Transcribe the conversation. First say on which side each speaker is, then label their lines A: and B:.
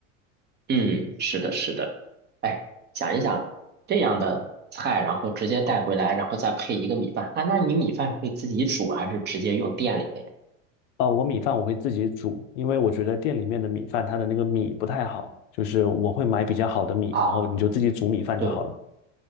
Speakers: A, on the right; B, on the left.
A: 嗯，是的，是的。哎，想一想这样的菜，然后直接带回来，然后再配一个米饭啊？那你米饭会自己煮还是直接用店里的呀？
B: 哦，我米饭我会自己煮，因为我觉得店里面的米饭它的那个米不太好，就是我会买比较好的米，
A: 啊，
B: 然后你就自己煮米饭就好了。
A: 对，